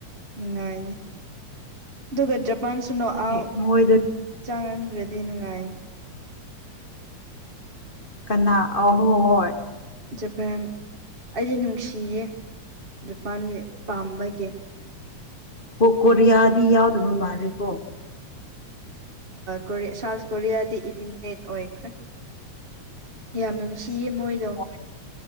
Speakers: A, on the right; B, on the left.
A: ꯅꯨꯡꯉꯥꯏꯅꯤ ꯑꯗꯨꯒ ꯖꯄꯥꯟꯁꯨ ꯅꯣꯛ
B: ꯍꯥꯏꯗꯤ
A: ꯑꯥꯠ
B: ꯃꯣꯏꯗꯣ
A: ꯆꯪꯍꯟꯈ꯭ꯔꯗꯤ ꯅꯨꯡꯉꯥꯏꯅꯤ
B: ꯀꯅꯥ ꯑꯍꯣ ꯍꯣꯏ
A: ꯖꯄꯦꯟ ꯑꯩꯗꯤ ꯅꯨꯡꯁꯤꯌꯦ ꯖꯄꯥꯟꯁꯦ ꯄꯥꯝꯕꯒꯤ
B: ꯑꯣ ꯀꯣꯔꯤꯌꯥꯗꯤ ꯌꯥꯎꯗꯕ ꯃꯥꯜꯂꯦꯀꯣ
A: ꯀꯣꯔꯤꯌꯥ ꯁꯥꯎꯠ ꯀꯣꯔꯤꯌꯥꯗꯤ ꯏꯂꯤꯃꯤꯅꯦꯠ ꯑꯣꯏꯈ꯭ꯔꯦ
B: <inaudible>
A: ꯌꯥꯝ ꯅꯨꯡꯁꯤꯌꯦ
B: ꯑꯁ
A: ꯃꯣꯏꯗꯣ
B: ꯍꯣꯏ